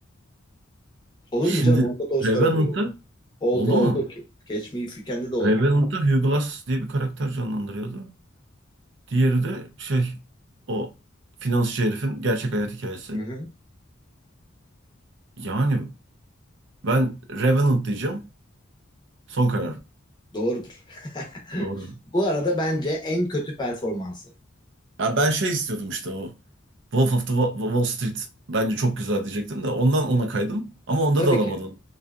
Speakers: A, on the left; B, on the right.
A: Olur
B: Şimdi
A: mu canım? Onda da Oscar
B: Revenant'ı
A: adayı oldu. Oldu
B: oldu
A: oldu.
B: mu?
A: Catch Me If You Can'de de oldu.
B: Revenant'ta Hugo Glass diye bir karakter canlandırıyordu. Diğeri de şey o finansçı herifin gerçek hayat hikayesi.
A: Hı hı.
B: Yani ben Revenant diyeceğim. Son karar.
A: Doğrudur. <laughs>
B: Doğru.
A: Bu arada bence en kötü performansı.
B: Ya ben şey istiyordum işte o. Wolf of the Wa- Wall Street bence çok güzel diyecektim de ondan ona kaydım. Ama onda
A: Tabii
B: da alamadım.
A: ki.